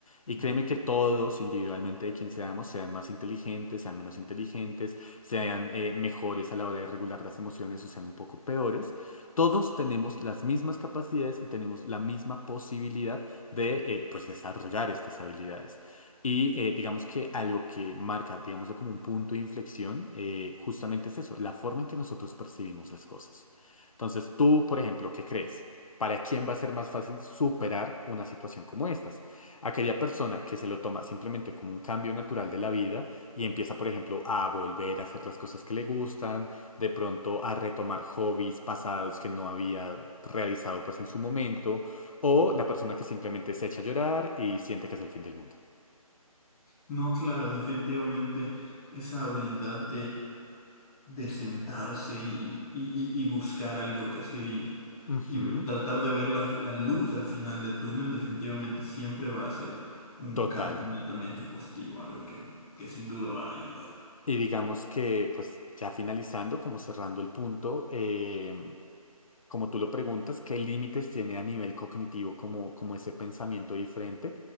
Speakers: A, on the left; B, in the centre.
A: Y
B: ujú,
A: créeme que todos, individualmente de quien seamos, sean más inteligentes, sean menos inteligentes, sean eh, mejores a la hora de regular las emociones o sean un poco peores. Todos tenemos las mismas capacidades y tenemos la misma posibilidad de eh, pues desarrollar estas habilidades. Y eh, digamos que algo que marca, digámoslo como un punto de inflexión, eh, justamente es eso, la forma en que nosotros percibimos las cosas. Entonces, tú, por ejemplo, ¿qué crees? ¿Para quién va a ser más fácil superar una situación como estas? Aquella persona que se lo toma simplemente como un cambio natural de la vida y empieza, por ejemplo, a volver a hacer las cosas que le gustan, de pronto a retomar hobbies pasados que no había realizado pues en su momento, o
B: ujú.
A: la persona que simplemente se echa a llorar y siente que es el fin del mundo.
B: No, claro, definitivamente esa habilidad de sentarse y, y- y- y buscar algo que hacer y,
A: Ujú,
B: y- y tratar de ver la, la luz al final del túnel, definitivamente siempre va a ser un
A: total.
B: cambio netamente positivo, algo que, que sin duda va a ayudar.
A: Y digamos que, pues ya finalizando, como cerrando el punto, eh, como tú lo preguntas, ¿qué límites tiene a nivel cognitivo como, como ese pensamiento diferente?